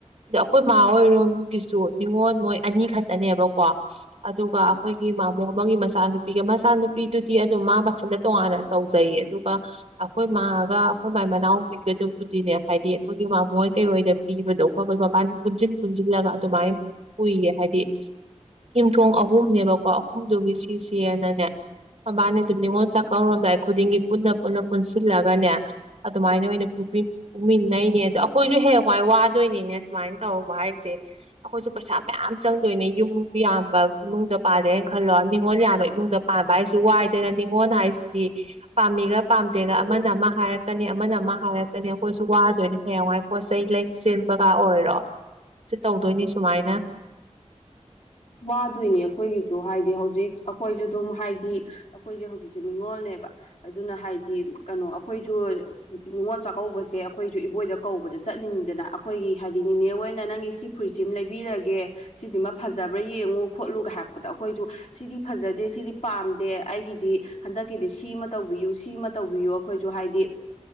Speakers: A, on the right; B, on the left.
A: ꯑꯗ ꯑꯩꯈꯣꯏ ꯃꯥ ꯍꯣꯏꯔꯣꯝꯒꯤꯁꯨ ꯅꯤꯉꯣꯜ ꯃꯣꯏ ꯑꯅꯤ ꯈꯛꯇꯅꯦꯕꯀꯣ ꯑꯗꯨꯒ ꯑꯩꯈꯣꯏꯒꯤ ꯃꯃꯣ ꯑꯃꯒꯤ ꯃꯆꯥꯅꯨꯄꯤꯒꯤ ꯏꯆꯥꯅꯨꯄꯤꯗꯨꯗꯤ ꯑꯗꯨꯝ ꯃꯥ ꯃꯊꯟꯇ ꯇꯣꯉꯥꯟꯅ ꯇꯧꯖꯩꯌꯦ ꯑꯗꯨꯒ ꯑꯩꯈꯣꯏ ꯃꯥꯒ ꯑꯩꯈꯣꯏ ꯃꯥꯏ ꯃꯅꯥꯎꯄꯤꯒꯗꯨꯕꯨꯗꯤꯅꯦ ꯍꯥꯏꯗꯤ ꯑꯩꯈꯣꯏꯒꯤ ꯃꯃꯣꯏ ꯍꯣꯏ ꯀꯩꯍꯣꯏꯗ ꯄꯤꯕꯗꯣ ꯈꯣꯠꯄꯗ ꯃꯕꯥꯅꯤ ꯄꯨꯟꯁꯤꯟ ꯄꯨꯟꯁꯤꯜꯂꯒ ꯑꯗꯨꯃꯥꯏꯅ ꯄꯨꯏꯌꯦ ꯍꯥꯏꯗꯤ ꯌꯨꯝꯊꯣꯡ ꯑꯍꯨꯝꯅꯦꯕꯀꯣ ꯑꯍꯨꯝꯗꯨꯒꯤ ꯁꯤꯁꯅꯅꯦ ꯃꯕꯥꯅꯦ ꯑꯗꯨꯝ ꯅꯤꯉꯣꯜ ꯆꯥꯛꯀꯧꯔꯣꯝꯗꯥꯏ ꯑꯩ ꯈꯨꯗꯤꯡꯒꯤ ꯄꯨꯟꯅ ꯄꯨꯟꯅ ꯄꯨꯟꯁꯤꯜꯂꯒꯅꯦ ꯑꯗꯨꯃꯥꯏꯅ ꯑꯣꯏꯅ ꯄꯨꯃꯤꯟꯅꯩꯅꯦ ꯑꯗꯣ ꯑꯩꯈꯣꯏꯁꯨ ꯍꯦꯛꯡꯋꯥꯏ ꯋꯥꯗꯣꯏꯅꯤꯅꯦ ꯁꯨꯃꯥꯏꯅ ꯇꯧꯔꯧꯕ ꯍꯥꯏꯁꯦ ꯑꯩꯈꯣꯏꯁꯨ ꯄꯩꯁꯥ ꯃꯌꯥꯝ ꯆꯪꯗꯣꯏꯅꯦ ꯌꯨꯝ ꯌꯥꯝꯕ ꯏꯃꯨꯡꯗ ꯄꯥꯜꯂꯦꯅ ꯈꯜꯂꯣ ꯅꯤꯉꯣꯜ ꯌꯥꯝꯕ ꯏꯃꯨꯡꯗ ꯄꯥꯝꯕ ꯑꯩꯁꯤ ꯋꯥꯏꯗꯅ ꯅꯤꯉꯣꯟꯜ ꯍꯥꯏꯁꯤꯗꯤ ꯄꯥꯝꯃꯤꯒ ꯄꯥꯝꯗꯦꯒ ꯑꯃꯅ ꯑꯃ ꯍꯥꯏꯔꯛꯀꯅꯤ ꯑꯃꯅ ꯑꯃ ꯍꯥꯏꯔꯛꯀꯅꯤ ꯑꯩꯈꯣꯏꯁꯨ ꯋꯥꯗꯣꯏꯅꯤ ꯍꯌꯦꯡꯋꯥꯏ ꯄꯣꯠꯆ ꯂꯩ ꯆꯦꯟꯕꯒ ꯑꯣꯏꯔꯣ ꯁꯤ ꯇꯧꯗꯣꯏꯅꯤ ꯁꯨꯃꯥꯏꯅ
B: ꯋꯥꯗꯣꯏꯅꯦ ꯑꯩꯈꯣꯏꯒꯤꯁꯨ ꯍꯥꯏꯗꯤ ꯍꯧꯖꯤꯛ ꯑꯩꯈꯣꯏꯁꯨ ꯑꯗꯨꯝ ꯍꯥꯏꯗꯤ ꯑꯩꯈꯣꯏꯁꯦ ꯍꯧꯖꯤꯛꯁꯦ ꯅꯤꯡꯅꯤꯉꯣꯜꯅꯦꯕ ꯑꯗꯨꯅ ꯍꯥꯏꯗꯤ ꯀꯩꯅꯣ ꯑꯩꯈꯣꯏꯁꯨ ꯅꯤꯡꯅꯤꯉꯣꯜ ꯆꯥꯛꯀꯧꯕꯁꯦ ꯑꯩꯈꯣꯏꯁꯨ ꯏꯕꯣꯏꯗ ꯀꯧꯕꯗ ꯆꯠꯂꯤꯅꯤꯗꯅ ꯑꯩꯈꯣꯏꯒꯤ ꯍꯥꯏꯗꯤ ꯅꯅꯦ ꯑꯣꯏꯅ ꯅꯪꯒꯤ ꯁꯤ ꯐꯨꯔꯤꯠꯁꯤꯃ ꯂꯩꯕꯤꯔꯒꯦ ꯁꯤꯁꯤꯃ ꯐꯖ ꯐꯖꯕ꯭ꯔꯥ ꯌꯦꯡꯉꯨ ꯈꯣꯠꯂꯨꯒ ꯍꯥꯏꯛꯄꯗ ꯑꯩꯈꯣꯏꯁꯨ ꯁꯤꯗꯤ ꯐꯖꯗꯦ ꯁꯤꯗꯤ ꯄꯥꯝꯗꯦ ꯑꯩꯒꯤꯗꯤ ꯍꯟꯗꯛꯀꯤꯗꯤ ꯁꯤꯃ ꯇꯧꯕꯤꯌꯨ ꯁꯤꯃ ꯇꯧꯕꯤꯌꯨ ꯑꯩꯈꯣꯏꯁꯨ ꯍꯥꯏꯗꯤ